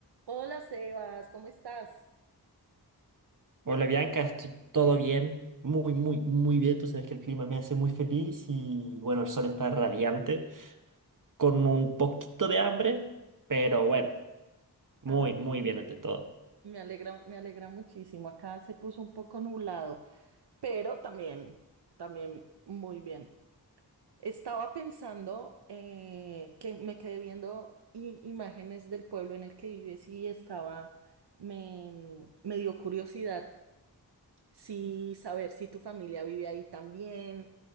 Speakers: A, on the right (about 75°); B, on the right (about 50°).
A: Hola Sebas, ¿cómo estás?
B: Hola Bianca, estoy todo bien, muy, muy, muy bien. Tú sabes que el clima me hace muy feliz y bueno, el sol está radiante, con un poquito de hambre, pero bueno, muy,
A: Ah, bueno.
B: muy bien ante todo.
A: Me alegra, me alegra muchísimo. Acá se puso un poco nublado, pero también, también muy bien. Estaba pensando eh, que me quedé viendo i- imágenes del pueblo en el que vives y estaba, me, me dio curiosidad Sí, saber si tu familia vive ahí también,